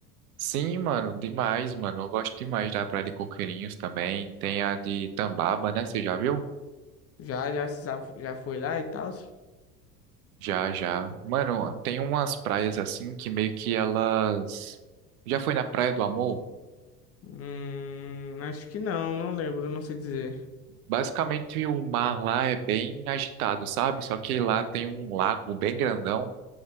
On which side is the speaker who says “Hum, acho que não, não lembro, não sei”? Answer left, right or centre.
Left